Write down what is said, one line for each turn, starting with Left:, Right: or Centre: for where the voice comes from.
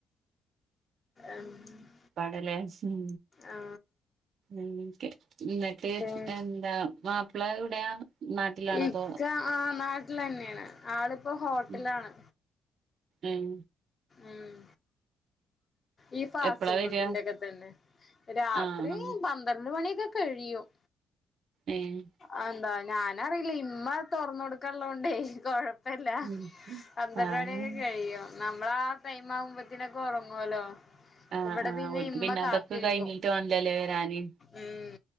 Left: ഉം <unintelligible>
Right: പാടലേ ഉം
Left: ആ
Right: ഉംകെ ന്നട്ട്
Left: ഉം.
Right: എന്താ മാപ്പിള എവിടെയാ നാട്ടിലാണോ
Left: ഇക്ക
Right: അതോ
Left: ആഹ് നാട്ടിലെന്നെയാണ് ആളിപ്പോ ഹോട്ടലാണ്
Right: ഉം ഉം
Left: ഉം ഈ ഫാസ്റ്റ്
Right: എപ്പളാ വരാ
Left: ഫുഡിന്റെൊക്കെ തന്നെ രാത്രി
Right: ആഹ് ആഹ്
Left: പന്ത്രണ്ട് മണിയൊക്കെ കഴിയും
Right: ഏഹ്
Left: അഹന്താ ഞാനറിയില്ല ഇമ്മ തുറന്ന കൊടുക്കാൻള്ളോണ്ടേ കൊഴ പ്പല്ല
Right: ഉം
Left: പന്ത്രണ്യോക്കെ
Right: ആഹ്
Left: കഴിയും മ്മളാ ടൈം ആവുമ്പത്തിനൊക്കെ ഒറങ്ങുല്ലോ
Right: ആഹ്
Left: ഇവിടെ
Right: ആഹ്
Left: പിന്നെ
Right: ഓൽക്ക്
Left: ഇമ്മ കാത്തിരിക്കും
Right: അതൊക്കെ കഴിഞ്ഞിട്ട് വാണല്ലോല്ലേ വരാന്
Left: ഉം